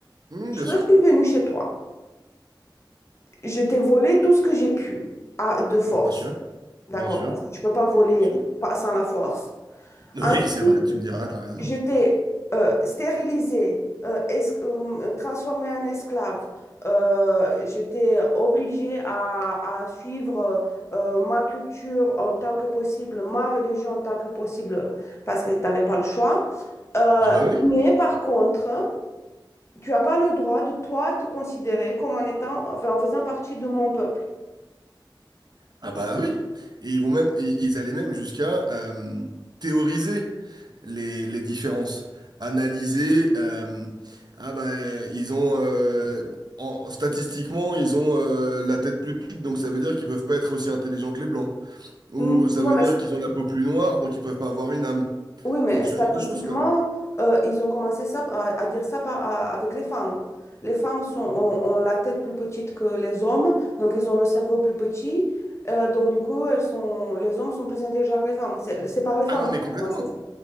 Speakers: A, on the right; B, on the left.
A: Hmm,
B: Je
A: bien
B: suis
A: sûr,
B: venue chez toi. Je t'ai volé tout ce que j'ai pu, à, de force.
A: bien sûr,
B: D'accord?
A: bien sûr.
B: Parce que tu ne peux pas voler
A: Sou-
B: euh, pas- sans la force.
A: <laughs> Oui,
B: Ensuite,
A: c'est vrai, tu me diras, t'as raison.
B: je t'ai euh, stérilisé, euh, es- euh, transformé en esclave. Euh, je t'ai obligé à, à suivre euh, euh, ma culture en tant que possible, ma religion en tant que possible, parce que tu n'avais pas le choix. Euh,
A: Ah bah oui,
B: mais par contre, Tu n'as pas le droit de toi te considérer comme en étant, enfin, en faisant partie de mon peuple.
A: Ah bah oui, et ils vont même, i- ils allaient même jusqu'à euh, théoriser les, les différences, analyser. euh, ah bah euh, ils ont euh, en, en- statistiquement ils ont euh, la tête plus petite, donc ça veut dire qu'ils peuvent pas être aussi intelligents que les blancs. Ou
B: N-
A: ça
B: Non,
A: veut
B: mais,
A: dire qu'ils ont la peau plus noire, donc ils peuvent pas avoir une âme.
B: oui, mais
A: Ou ce
B: statistiquement,
A: genre de choses quoi.
B: euh, ils ont commencé ça, à, à dire ça par- à- avec les femmes. Les femmes sont, ont, ont la tête plus petite que les hommes, donc ils ont le cerveau plus petit. euh, donc, du coup, elles sont, les hommes sont plus intelligents que les femmes. C'est c'est par les femmes
A: Ah non
B: que
A: mais
B: ça
A: complètement.
B: a commencé, ça.